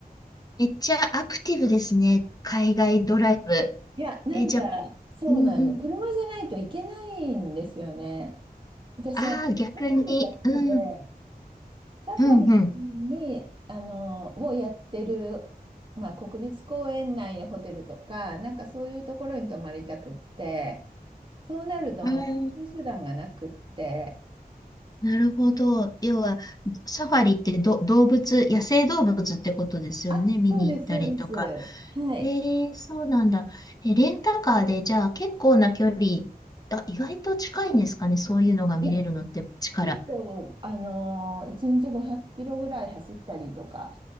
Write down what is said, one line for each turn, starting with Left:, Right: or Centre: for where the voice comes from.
Left: めっちゃアクティブですね。海外ドライブ。
Right: いや、なんか、
Left: え、じゃあ、
Right: そうなんで、
Left: うんうん。
Right: 車じゃないといけないんですよね。私、
Left: ああ、
Right: あの、
Left: 逆に。
Right: ギャラリーが好きで、
Left: うん。
Right: サファリに、
Left: うんうん。
Right: あの、をやってる、まあ、国立公園内のホテルとか、なんかそういうところに泊まりたくって、そうなるともう、
Left: あー
Right: こういう手段がなくって、
Left: なるほど。要は、サファリってど、動物、野生動物ってことですよね。
Right: あ、
Left: 見に行ったりとか。
Right: そうです、そうです。はい。
Left: ええそうなんだ。え、レンタカーで、じゃあ結構な距離、あ、意外と近いんですかね、そういうのが見れるのって、
Right: いや、
Left: 力。
Right: 結構、あのー、1日500キロぐらい走ったりとか